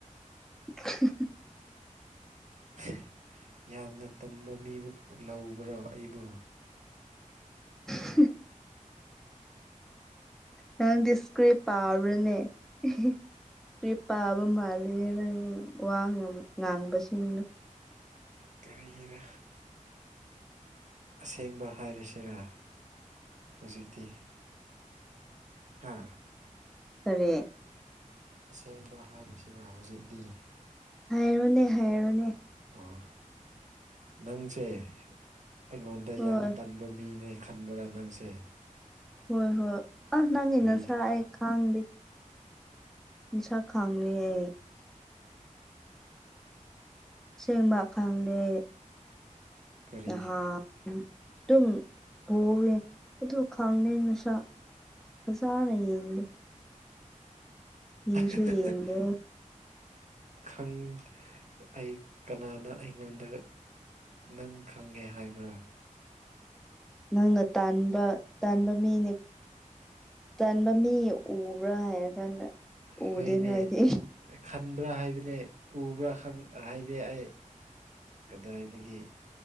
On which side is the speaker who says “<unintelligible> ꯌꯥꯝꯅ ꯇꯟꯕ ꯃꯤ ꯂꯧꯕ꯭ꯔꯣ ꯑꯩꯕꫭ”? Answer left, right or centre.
Right